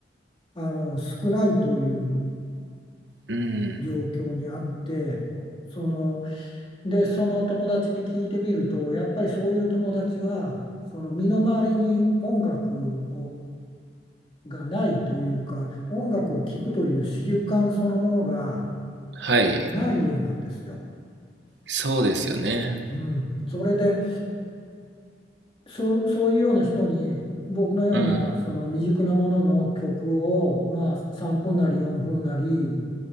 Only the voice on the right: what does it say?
うん、
はい、
そうですよね。
うん、